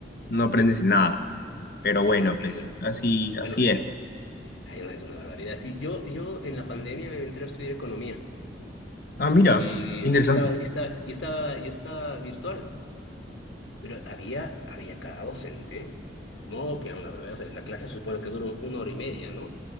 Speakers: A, on the left; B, on the left.
A: no aprendes nada. Pero
B: No,
A: bueno,
B: sí,
A: pues así, así
B: yo no-
A: es.
B: ay, no, es una barbaridad. Sí, yo, yo en la pandemia me entré a estudiar economía
A: Ah, mira,
B: y
A: interesante.
B: estaba, estaba, y estaba, y estaba virtual. Pero había, había cada docente, no, que era una verdad, o sea, la clase se supone que duró una hora y media, ¿no?